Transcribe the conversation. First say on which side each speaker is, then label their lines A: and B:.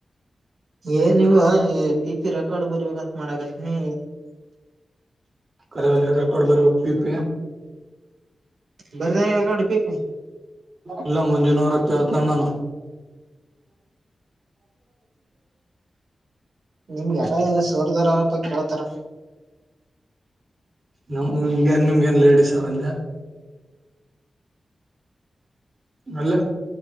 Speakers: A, on the right; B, on the right.
A: ಏನ್ವ ಪಿ ಪಿ ರೆಕಾರ್ಡ್ ಬರ್ಬೇಕಂತ ಮಾಡಕತ್ತನಿ
B: ಕರೆ ರೆಕಾರ್ಡ್ ಬರಬೇಕಪ
A: ಬರ್ದ ರೆಕಾರ್ಡ್ ಪಿ ಪಿ
B: ಇಲ್ಲ ಮುಂಜಾನವರ ಜತ್ನಾಾನ
A: ನಿಮ್ಗೆಲ್ಲ ಸೋರಿದಾರಾರಪ್ಪ ಕೇಳ್ತಾರ
B: ನಮಗೆ ನ್ ನಿಮ್ಗೆ ನ್ ಲೇಡಿಸ್ರಜ ಅಲ್ಲ